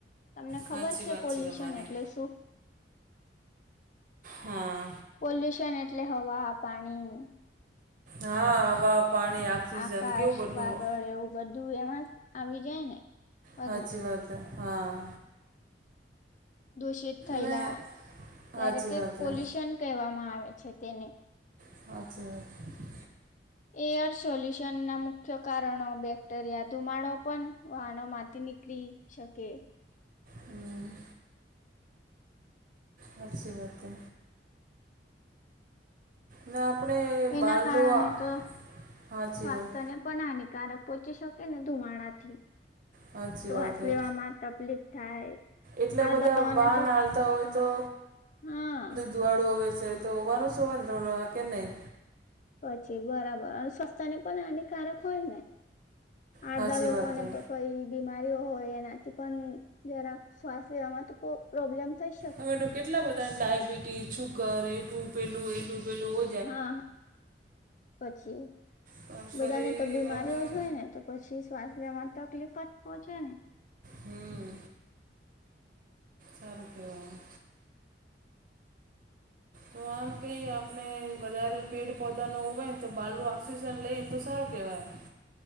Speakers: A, on the left; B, on the right.
A: તમને ખબર
B: સાચી
A: છે,
B: વાત
A: પોલ્યુશન
B: તમારી
A: એટલે શું?
B: હા
A: પોલ્યુશન એટલે હવા, પાણી
B: હા હવા, પાણી આપણી
A: આકાશ
B: જન કેવું બધું
A: વાદળ એવું બધું એમાં જ આવી જાય ને? બધું
B: હાચી વાત હે હા.
A: દૂષિત થયેલા
B: ને સાચી
A: ત્યારે તે
B: વાત
A: પોલ્યુશન
B: હે
A: કહેવામાં આવે છે તેને.
B: સાચી વાત છે.
A: એર પોલ્યુશનના મુખ્ય કારણો બેક્ટેરિયા, ધુમાડો પણ વાહનોમાંથી નીકળી શકે.
B: હમ્મ. હાચી વાત હે. ના, આપણેે
A: એના
B: બહારનું,
A: કારણે તો
B: હાચી
A: સ્વાસ્થ્યને
B: વાત.
A: પણ હાનિકારક પહોંચી શકે ને ધુમાડાથી
B: હાચી
A: શ્વાસ
B: વાત હે
A: લેવામાં તકલીફ થાય.
B: એટલા
A: આડદાઓને
B: બધા વાહન હાલતા હોય તો
A: હમમ
B: દુવાળું હોવે સે તો હોવાનું શુવે ને કેમ નહી.
A: પછી બરાબર અને સ્વસ્તા ને પન હાનિકારક હોય ને અડધા
B: સાચી
A: લોકોને
B: વાત હે
A: તો કઈ બીમારીઓ હોય એનાથી પન જરાક શ્વાસ લેવામાં તો પ્રો પ્રોબ્લેમ થસે
B: અયા તો કેટલા બધા ને ડાયાબિટીસ, શુગર એલુ પેલું એલું પેલું ઓ
A: હા પછી
B: પણ
A: બધાને
B: શરીર
A: તો બીમારીઓ
B: આપણે
A: જ હોય ને તો પછી શ્વાસ લેવામાં તકલીફ જ પહોંચે ને.
B: હમમ હારું કેવાય. તો આમ કહીએ આપણે વધારે પેડ પૌધા નો હોવે ને તો બાલું ઓક્સિજન લઈ ને તો સારું કેવાય.